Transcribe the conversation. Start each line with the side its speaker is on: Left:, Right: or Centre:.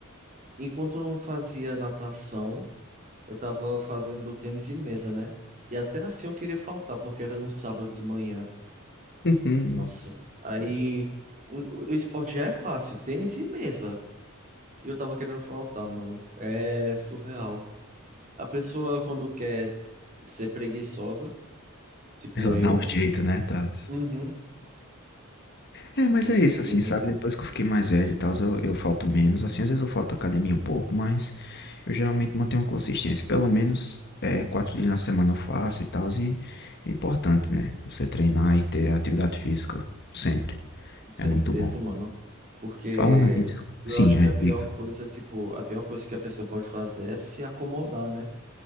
Right: enquanto eu não fazia natação, eu tava fazendo tênis de mesa, né? E até assim eu queria faltar, porque era no sábado de manhã.
Left: <laughs>
Right: Nossa, aí o, o esporte já é fácil, tênis e mesa. E eu tava querendo faltar, mano. É surreal. A pessoa quando quer ser preguiçosa, tipo
Left: Ela
Right: eu,
Left: dá um jeito, né, Thales?
Right: Uhum.
Left: É, mas
Right: com
Left: é
Right: certeza,
Left: isso, assim, sabe?
Right: mano.
Left: Depois que eu fiquei mais velho e tal, eu, eu falto menos. Assim, às vezes eu falto à academia um pouco, mas eu geralmente mantenho uma consistência. Pelo menos é, quatro dias na semana eu faço e tal. E é importante, né? Você treinar e ter atividade física sempre.
Right: Com certeza,
Left: É muito bom.
Right: mano. Porque
Left: Falando nisso.
Right: eu
Left: Sim,
Right: acho
Left: é,
Right: que a pior
Left: diga.
Right: coisa, tipo, a pior coisa que a pessoa pode fazer é se acomodar, né?